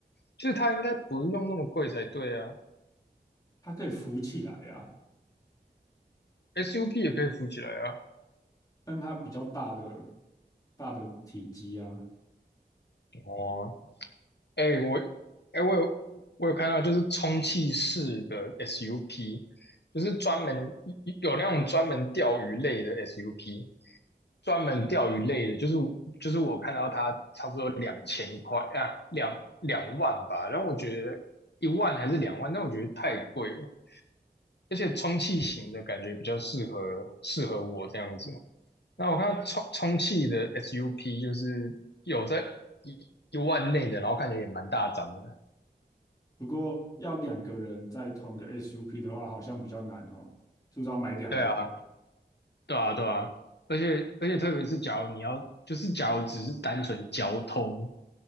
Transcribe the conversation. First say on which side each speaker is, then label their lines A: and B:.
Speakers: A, on the left; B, on the left.
A: 就是它应该不用那么贵才对啊
B: 它可以浮起来啊，
A: ，SUP 也可以浮起来啊。
B: 但它比较大的大的体积啊。
A: 哦，哎、我，哎、我有，我有看到，就是充气式的 SUP，就是专门有那种专门钓鱼类的 SUP，专门钓鱼类的，就是就是我看到它差不多两千块啊，两两万吧，然后我觉得一万还是两万，但我觉得太贵了，而且充气型的感觉比较适合适合我这样子。那我看到充充气的 SUP 就是有在一一万内的，然后看起来也蛮大张的。
B: 不过要两个人在同一个 SUP 的话，好像比较难哦，是不是要买两个？
A: 对啊，对啊，对啊，而且而且特别是假如你要，就是假如只是单纯交通，